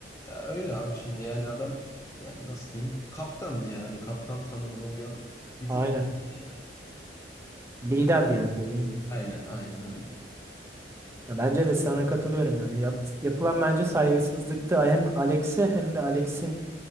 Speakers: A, on the left (about 15°); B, on the right (about 15°).
A: Ya öyle abi şimdi yani adam yani nasıl diyeyim kaptandı yani kaptan tanımına uyan bir futbolcuydu
B: Aynen.
A: yani.
B: Liderdi yani dediğin gibi.
A: Aynen aynen öyle.
B: Ya bence de sana katılıyorum yani. Yap- yapılan bence saygısızlıktı hem Alex'e hem de Alex'in